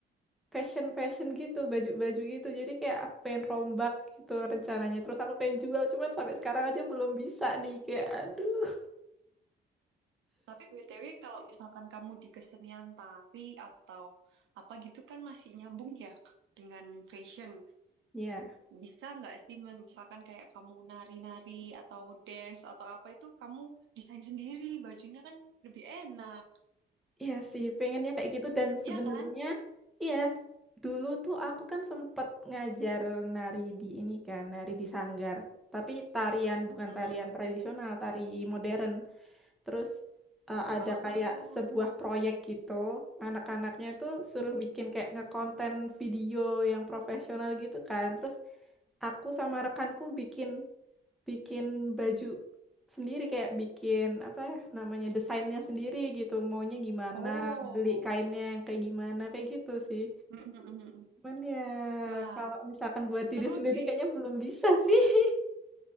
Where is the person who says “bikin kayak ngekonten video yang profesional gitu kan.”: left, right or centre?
Centre